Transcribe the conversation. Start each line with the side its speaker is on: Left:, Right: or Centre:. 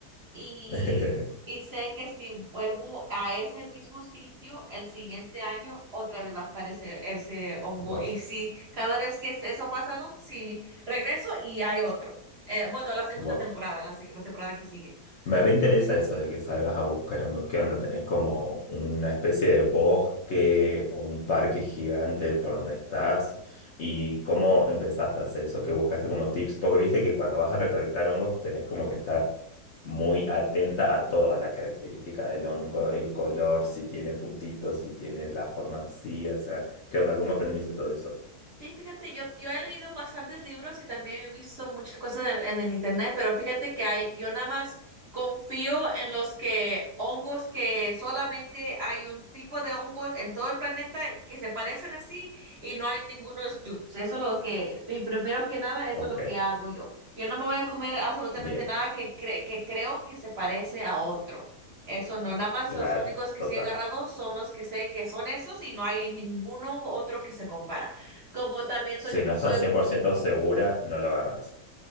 Right: Y,
Left: <laughs>
Right: s- y sé que si vuelvo a ese mismo sitio el siguiente año, otra vez va a estar ese, ese hongo.
Left: Wow,
Right: Y si cada vez que eso pasa, ¿no? Si regreso y hay otro. Eh, bueno, la segunda
Left: wow.
Right: temporada, la, se- la temporada que sigue.
Left: Me reinteresa eso de que salgas a buscar hongos. ¿Qué onda? ¿Tenés como una especie de bosque o un parque gigante por donde estás? ¿Y cómo empezaste a hacer eso? ¿Qué buscaste como tips? Porque viste que cuando vas a recolectar hongos tenés como que estar muy atenta a toda la característica del hongo, el color, si tiene puntitos, si tiene la forma así, o sea, ¿qué onda? ¿Cómo aprendiste todo eso?
Right: Sí, fíjate, yo, yo he leído bastantes libros y también he visto muchas cosas en, en el internet, pero fíjate que hay, yo nada más confío en los que hongos que solamente hay un tipo de hongos en todo el planeta que se parecen así y no hay ningunos dupes. Eso es lo que, y primero que nada, eso
Left: Ok,
Right: es lo que hago yo. Yo no me voy a comer absolutamente
Left: bien,
Right: nada que, cre- que creo que se parece a otro. Eso no, nada más
Left: claro,
Right: los únicos que
Left: total.
Right: sí he agarrado son los que sé que son esos y no hay ninguno otro que se compara como también soy,
Left: Si no
Right: soy,
Left: estás cien por ciento segura, no lo agarras.